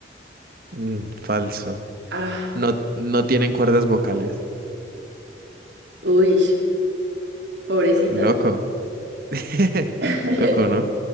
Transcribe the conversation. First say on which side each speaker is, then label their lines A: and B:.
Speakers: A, on the right; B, on the right.
A: Mm, falso.
B: Ah,
A: No, no tienen cuerdas vocales.
B: uy, pobrecitas.
A: Loco. <laughs>
B: <laughs>
A: Loco, ¿no?